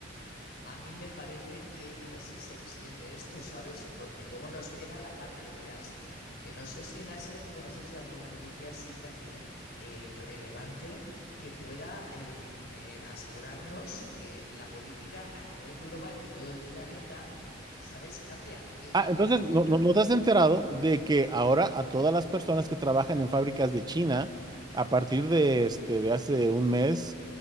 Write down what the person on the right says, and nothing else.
Ah, entonces,
¿no, no, no te has enterado de que ahora a todas las personas que trabajan en fábricas de China, a partir de, este, de hace un mes,